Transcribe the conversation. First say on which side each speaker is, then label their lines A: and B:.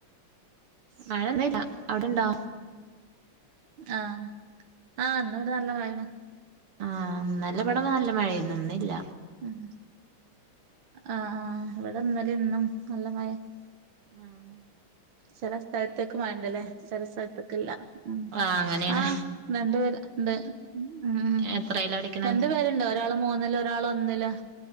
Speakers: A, on the right; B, on the right.
A: മഴ ഇന്ന്ല്ല അവ്ടെണ്ടോ
B: ആഹ് ആഹ് ഇന്ന് ഇവിടെ നല്ല മഴയാണ്
A: ആഹ് ഇന്നലെ ഇവിടെ നല്ല മഴയാരുന്നു ഇന്നില്ല
B: ഉം ആഹ് ആഹ് ഇവിടെ ഇന്നലേയും ഇന്നും നല്ല മഴയായിരുന്നു
A: ആഹ് ആഹ്
B: ചില സ്ഥലത്ത്ക്ക് മഴ ഉണ്ടല്ലെ ചില സ്ഥലത്ത്ക്കില്ല ഉം
A: ആഹ് അങ്ങനെയാണ്
B: ആഹ് രണ്ട് പേര് ഉണ്ട് ഉം
A: എത്രയിലാ പഠിക്കണെ
B: രണ്ട് പേരുണ്ട് ഒരാള് മൂന്നിലും ഒരാള് ഒന്നിലും